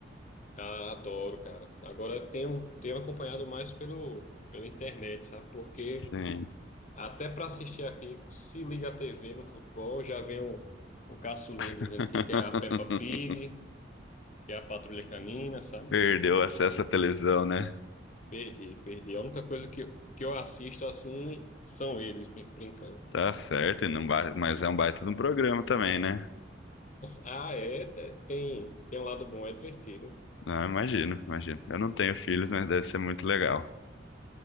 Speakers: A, on the left; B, on the left.
A: Ah, adoro, cara. Agora eu tenho, tenho acompanhado mais pelo, pela internet, sabe? Porque.
B: Sim.
A: Até para assistir aqui, se liga a TV no futebol, já vem o, o caçulinha
B: <laughs>
A: dizendo que quer a Peppa Pig, que é a Patrulha Canina, sabe?
B: Perdeu
A: Aí
B: o acesso à televisão, né?
A: perdi, perdi. A única coisa que, eu- que eu assisto assim são eles me brincando.
B: Tá certo, e não ba- mas é um baita de um programa também, né?
A: Ah, é, te- tem, tem um lado bom, é divertido.
B: Não, imagino, imagino. Eu não tenho filhos, mas deve ser muito legal.